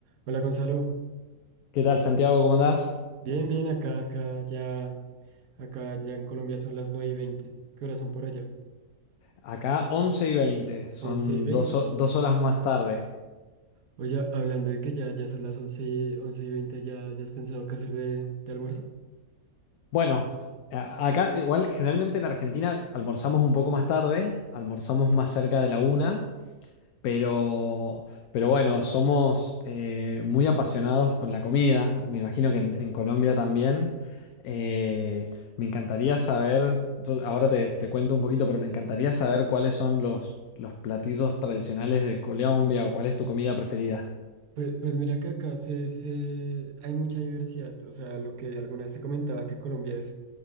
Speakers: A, on the right (about 75°); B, on the left (about 80°).
A: Hola Gonzalo,
B: ¿Qué
A: ¿cómo
B: tal, Santiago?
A: vas?
B: ¿Cómo andás?
A: Bien, bien, acá, acá ya, acá ya en Colombia son las 9 y 20. ¿Qué horas son por allá?
B: Acá 11 y 20, son
A: 11 y 20.
B: dos, ho- dos horas más tarde.
A: Oye, hablando de que ya, ya son las once y- 11 y veinte ¿ya, ya has pensado qué hacer de, de almuerzo?
B: Bueno, a- acá igual generalmente en Argentina almorzamos un poco más tarde, almorzamos más cerca de la una, pero, pero bueno, somos eh, muy apasionados con la comida, me imagino que en, en Colombia también. Eh, me encantaría saber, yo ahora te, te cuento un poquito, pero me encantaría saber cuáles son los, los platillos tradicionales de Colombia o cuál es tu comida preferida.
A: Pues, pues mira que acá se, se- hay mucha diversidad. O sea, lo que algunas te comentaba que Colombia es,